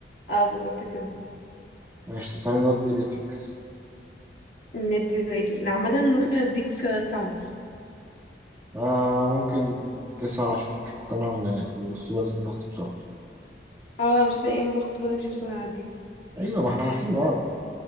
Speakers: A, on the left (about 75°); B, on the right (about 15°).
A: اه بالظبط كده
B: ماشي تعالى نودي ريتنجز
A: ندي ريتنج عامة ممكن اديك تسعة ونص
B: آه ممكن تسعة عشان أنت مش مقتنع إن الخطوبة لازم تخلص بسرعة
A: اه مش عارفه ايه موضوع الخطوبه دي مش بسرعه دي
B: أيوة ما إحنا عارفين بعض